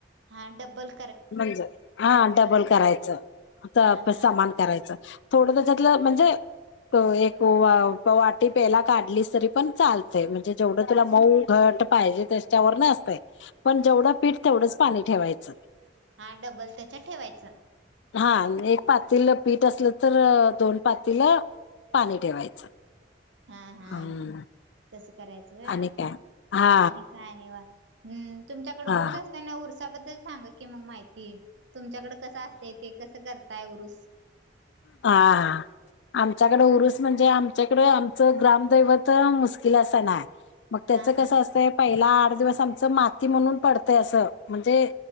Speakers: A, on the right; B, on the left.
A: हां डबल
B: म्हणज, हां डबल करायचं, त आता
A: हा हा
B: समान करायचं. थोडं त्याच्यातलं म्हणजे त एक वा पवाटी पेला काढलीस तरी पण चालतंय, म्हणजे जेवढं तुला मऊ घट् ट पाहिजे त्याच्यावरनं असतंय. पण जेवढं पीठ तेवढंच पाणी ठेवायचं.
A: हां डबल त्याच्या ठेवायचं.
B: हां, एक पातीलं पीठ असलं तर दोन पातीलं पाणी ठेवायचं.
A: हम्-हम्
B: हम्म
A: तसं करायचं व्हय?
B: आणि काय हा
A: आणि काय निवां? हम् तुमच्याकडे
B: हा
A: उरुस असतंय नव उरसाबद्दल सांगा की मग माहिती. तुमच्याकडं कसं असतंय ते कसं करताय उरुस?
B: हां-हां आमच्याकडे उरूस म्हणजे आमच्याकडं आमचं ग्रामदैवत मुस्किला सन आय. मग त्याचं
A: हा हा
B: कसं असतंय पहिला दिवस माती म्हणून पडतंय असं, म्हणजे